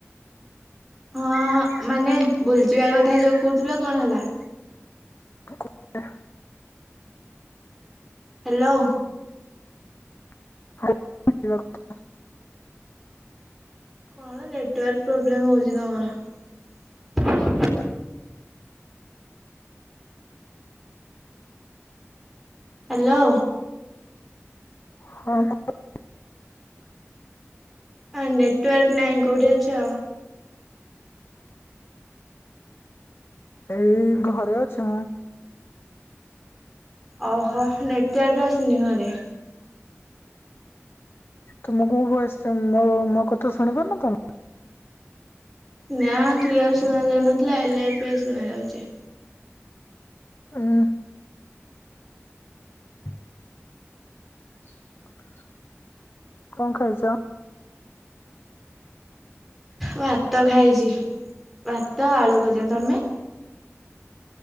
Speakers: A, in the centre; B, on the left.
A: ହଁ ମାନେ ବୁଲତେ ଯିବା କଥା ଯୋଉ କହୁଥିଲ କଣ ହେଲା
B: <unintelligible>
A: ହ୍ୟାଲୋ
B: <unintelligible>
A: କଣ ନେଟୱାର୍କ ପ୍ରୋବ୍ଲେମ ହଉଛି ତମର ହ୍ୟାଲୋ
B: ହଁ <unintelligible>
A: ଆ ନେଟୱାର୍କ ନାହିଁ କୋଉଠି ଅଛ?
B: ଏଇ ଘରେ ଅଛି ମୁଁ
A: ଓହୋ ନେଟୱର୍କ ଆଶୁନି ଘରେ
B: ତମ କୋଉ ବୟସ ମୋ ମୋ କଥା ଶୁଣିପାରୁନ ତମେ
A: ନା କ୍ଲିୟର ଶୁଣା ଯାଉ ନଥିଲା ଏଲେ ଏବେ ଶୁଣା ଯାଉଛି
B: ହୁଁ <unintelligible> କଣ ଖାଉଛ?
A: ଭାତ ଖାଇଛି ଭାତ ଆଳୁ ଭଜା ତମେ